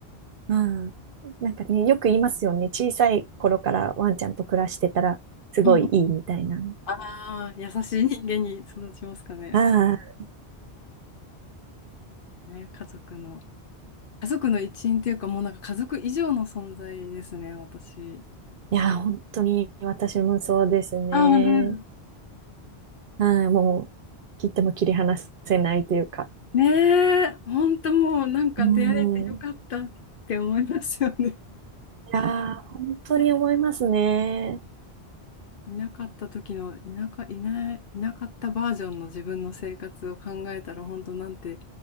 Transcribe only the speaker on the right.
うん。なんかね、よく言いますよね。小さい頃からワンちゃんと暮らしてたら、すごいいいみたいなの。
ああ、
いや、本当に私もそうですね。
うん、もう、切っても切り離せないというか。
うん。い
やー、本当に思いますね。